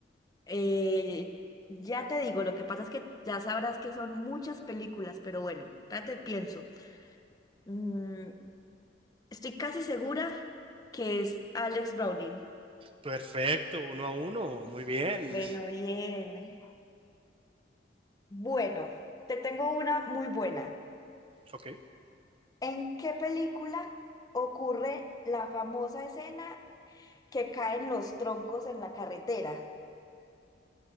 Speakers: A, on the left; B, on the right.
A: eh, ya te digo, lo que pasa es que ya sabrás que son muchas películas, pero bueno, espérate, pienso. Mm, estoy casi segura que es Alex Browning.
B: Perfecto, uno a uno, muy bien.
A: Bueno, bien. Bueno, te tengo una muy buena.
B: Ok.
A: ¿En qué película ocurre la famosa escena que caen los troncos en la carretera?